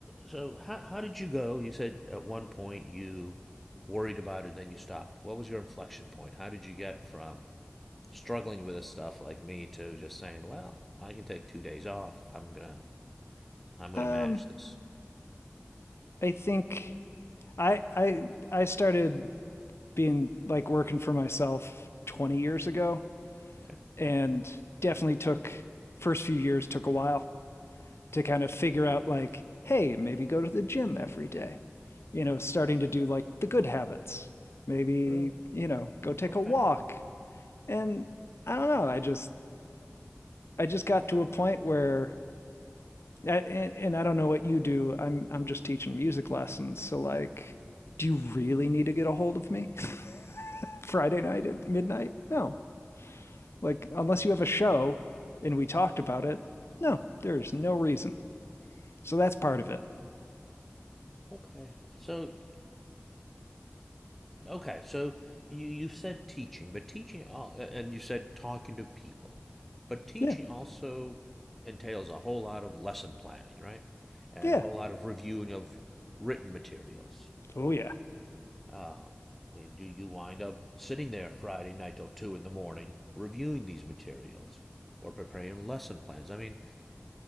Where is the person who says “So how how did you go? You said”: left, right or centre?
Centre